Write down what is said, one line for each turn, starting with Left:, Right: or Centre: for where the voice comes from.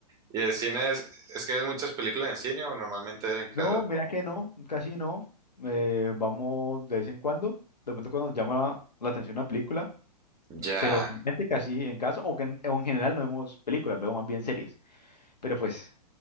Right: ¿Y el cine es, es que ves muchas películas en cine o normalmente es en casa?
Left: No,
Right: Como,
Left: mira que no, casi no. Eh, vamos de vez en cuando, de pronto cuando nos llama la atención una película,
Right: ya.
Left: pero realmente casi en casa, o, que en, o en general no vemos películas, vemos más bien series. Pero pues,